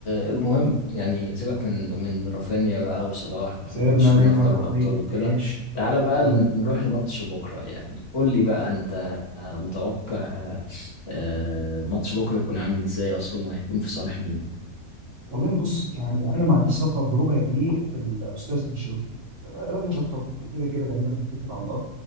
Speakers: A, on the left; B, on the right.
A: آه، المهم يعني سيبك من من رافينيا بقى وصلاح
B: سيبنا
A: وبرشلونة
B: منه
A: في
B: يا
A: دوري
B: ابو حميد
A: الابطال وكده
B: ماشي
A: تعالى بقى
B: يلا
A: ن- نروح لماتش بكرة يعني قول لي بقى انت آه، متوقع آه، آه، ماتش بكرة يكون عامل ازاي اصلا وهيكون في صالح مين
B: والله بص يعني انا ما عنديش ثقه بربع جنيه في الاستاذ انشيلوتي راجل شطب وكده كده غالبا هيتكل على الله